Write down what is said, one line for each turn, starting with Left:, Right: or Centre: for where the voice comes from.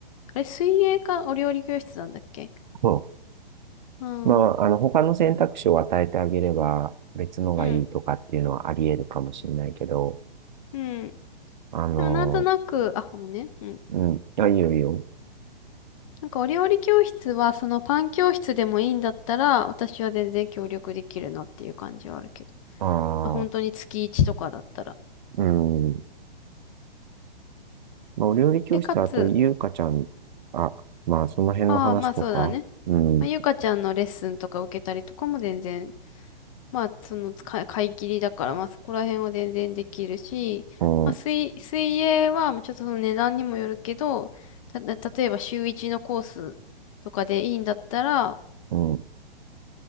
Left: あれ水泳かお料理教室なんだっけ
Right: そ
Left: うん、
Right: う。まあ、
Left: う
Right: あの、他の選択肢を与えてあげれば、別のがいいとかっていうのはあり得るかもしれないけど、
Left: ん、うん。
Right: あの、
Left: でもなんとなく、あ、ごめんね。うん。
Right: うん。あ、いいよいいよ。
Left: なんかお料理教室はそのパン教室でもいいんだったら、私は全然協力できるなっていう感じはあるけど。
Right: あ
Left: まあ本当に月1とかだったら。
Right: あ、うん。まあ、お料理教室、
Left: で、かつ、
Right: あと、ゆうかちゃん、あ、まあ、その辺の話とか、
Left: ああ、まあそうだね。
Right: うん、
Left: まあ、ゆかちゃんのレッスンとか受けたりとかも全然、まあその使い、買い切りだから、まあそこら辺は全然できるし、
Right: うん、
Left: まあ水、水泳はちょっとその値段にもよるけど、た、例えば週一のコースとかでいいんだったら、
Right: うん、